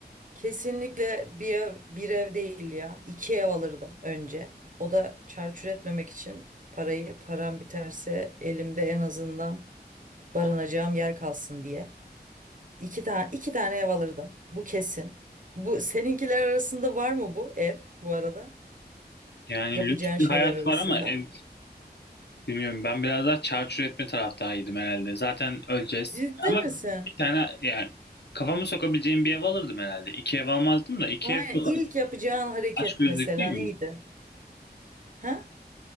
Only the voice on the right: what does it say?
kesinlikle bir ev, bir ev değil ya. İki ev alırdım önce. O da çarçur etmemek için parayı param biterse elimde en azından barınacağım yer kalsın diye. İki tane iki tane ev alırdım. Bu kesin. Bu seninkiler arasında var mı bu ev bu arada?
Yapacağın
şeyler
arasında.
Ciddi
misin?
Aynen.
İlk yapacağın hareket
mesela
neydi?
Ha?